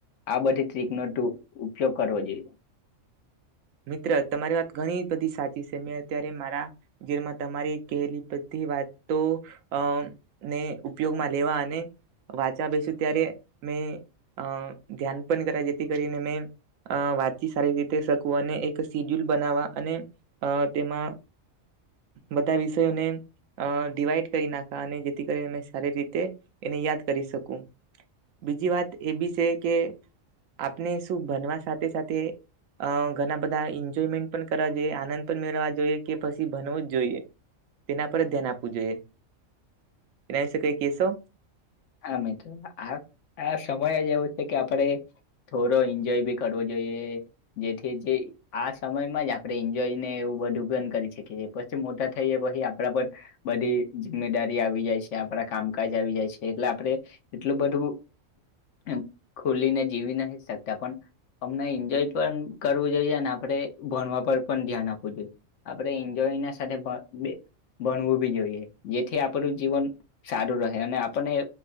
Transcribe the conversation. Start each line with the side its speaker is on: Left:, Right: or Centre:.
Left: આ બધી ટ્રીકનો ઉપયોગ કરવો જોઈએ.
Right: મિત્ર તમારી વાત ઘણી બધી સાચી છે મે અત્યારે મારા ઘીરમાં તમારી કહેલી બધી વાતો અ ને ઉપયોગમાં લેવા અને વાંચા બેસુ ત્યારે મેં હા. ધ્યાન પણ કર્યા જેથી કરીને મેં અ વાતચી સારી રીતે અને એક સીડ્યુલ બનાવા અને અ તેમાં બધા વિષયોને અ ડડીવાઈડ કરી નાખા અને જેથી કરી અ શારીરિક
Left: હા
Right: એને યાદ કરી શકું બીજી વાત એ બી છે કે આપને શું ભનવા સાથે સાથે અ ઘણા બધા એન્જોયમેન્ટ પણ કરવા જોઈએ આનંદ પણ મેળવ જોઈએ કે પછી ભનવો જ જોઈએ તેના પર જ ધ્યાન આપવું જોઈએ. એનાશે કઈ કેસો?
Left: હા મિત્રો આ આ સમય જ એવો છે કે આપણેે થોડો એન્જોય બી કરવો જોઈએ જેથી જે આ સમયમાં જ આપ આપ એન્જોય ને એવું બધું. કરી શકી પછી મોટા થઈ પછી આપડા પર બધી જિમ્મેદારી આવી જાય છે આપડા કામકાજ આવી જાય છે. એટલે આપણે એટલું બધું ખુલીને જીવી નથી શકતા પણ અમને એન્જોય પણ કરવું જોઈએ અને આપણે ભણવા પર પણ ધ્યાન આપવું જોઈએ આપણે એન્જોય સાથે બણવું બી જોઈએ જેથી આપ ઉપર જીવન સારું રહે અને આપ આપને